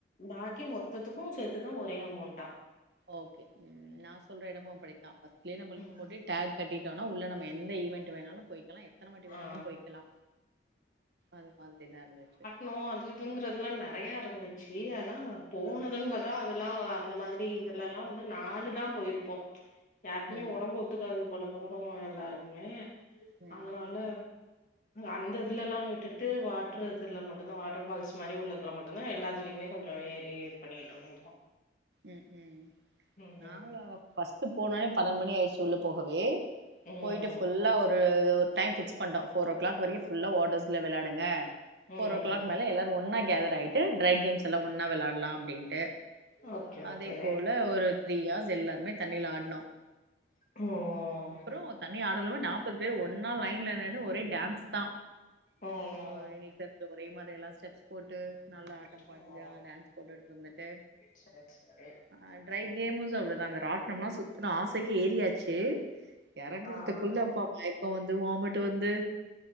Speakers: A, on the left (about 45°); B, on the right (about 65°).
A: பாக்கி மொத்தத்துக்கு சேர்த்துதா ஒரே அமௌண்ட்டா
B: ஓகே ம் நா சொல்ற எடமு அப்படித்தா பஃர்ஸ்ட்லயே நம்மளுக்கு
A: ம்
B: போட்டுட் டேக் கட்டிட்டோனா உள்ள நம்ம எந்த ஈவெண்ட் வேணாலு போய் க்கலா எத்தனை வாட்டி வேணாலு
A: ஆ
B: போய்க்கலா அது மாதிரி தா இருந்துச்சு
A: னோ அதுதுங்கறதுலா நறைய இருந்துச்சு ஆனா போனதுன்னு பாத்தா அதெல்லா அந்த மாதிரி அதுலல்லா வந்து நாலு தா போயிருப்போ யாருக்குமே
B: ம்
A: ஒடம்பு ஒத்துக்காது போல போனவங்க எல்லாருக்குமே
B: ம்
A: அதனால அந்த இதுல எல்லா விட்டுட்டு வாட்டர் இதுல மட்டும்தா வாட்டர் ஃபால்ஸ் மாரி உள்ளதுல மட்டு ந்தா எல்லாத்துலயுமே கொஞ்ச ஏறி இது பண்ணிட்டு இருந்தோ
B: ம் ம்
A: ம்
B: நாங்களோ
A: ம்
B: ஃபர்ஸ்ட் போனோன பன்னெண்டு மணி ஆயிடுச்சு உள்ள போகவே
A: ம்
B: போயிட்டு ஃபுல்லா ஒரு ஒரு டைம் ஃபிக்ஸ் பண்டோ ஃபோர் ஓ கிளாக் வரைக்கு ஃபுல்லா வாட்டர்ஸ்ல விளையாடுங்க
A: ம்
B: போர் ஒ கிளாக் மேல எல்லாரு ஒன்னா கேதர் ஆயிட்டு ட்ரை கேம்ஸ் எல்லா ஒன்னா விளாடலா அப்டின்ட்டு
A: ஓகே
B: அதே
A: ஓகே
B: போல ஒரு த்ரீ ஹார்ஸ் எல்லாருமே தண்ணில ஆட்னோ
A: ம்ம்ம்
B: அப்புறோ தண்ணி ஆடல நாற்பது பேர் ஒன்னா லைன்ல நின்னு ஒரே டான்ஸ் தா
A: ம்
B: ஓ எங்களுக்கு தெரிஞ்ச ஒரே மாரி எல்லா ஸ்டெப்ஸ் போட்டு நல்லா ஆட்டம் பாட்டி
A: ம்
B: யா டான்ஸ் போட்டுட்டு இருந்துட்டு
A: சரி சரி
B: ஆ ட்ரை கேம்ஸ் அப்டிதாங்க ராட்ணம் எல்லா சுத்துணோ ஆசைக்கு ஏறியாச்சு எறங்கறதுக்குள்ள
A: ஆ ஆ
B: அப்பா மயக்கம் வந்து வாமிட்டு் வந்து